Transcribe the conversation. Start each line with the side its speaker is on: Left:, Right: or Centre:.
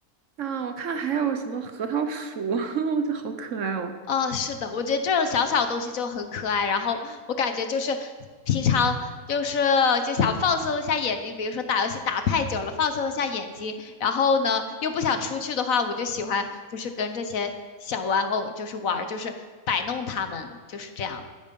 Right: 啊，我看还有什么核桃鼠，<laughs> 我觉得好可爱哦。
Left: 嗯、是的，我觉得这种小小东西就很可爱。然后我感觉就是平常就是就想放松一下眼睛，比如说打游戏打太久了，放松一下眼睛。然后呢，又不想出去的话，我就喜欢就是跟这些小玩偶就是玩儿就是摆弄它们，就是这样。